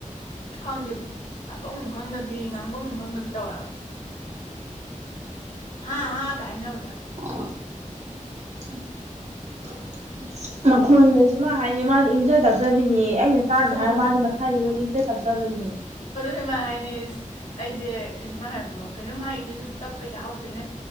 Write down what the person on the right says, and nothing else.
<unintelligible> ꯃꯈꯣꯟꯗꯁꯨ ꯃꯥ ꯍꯥꯏꯅꯤ ꯃꯥꯗꯤ ꯏꯪꯖ ꯇꯞꯆꯕꯤꯅꯤ ꯑꯩꯅ ꯆꯥꯗꯦ ꯍꯥꯏꯔ
ꯃꯥꯗꯤ ꯃꯁꯥꯏꯁ ꯑꯗꯨꯝ ꯏꯪꯖ ꯇꯛꯆꯕꯅꯦ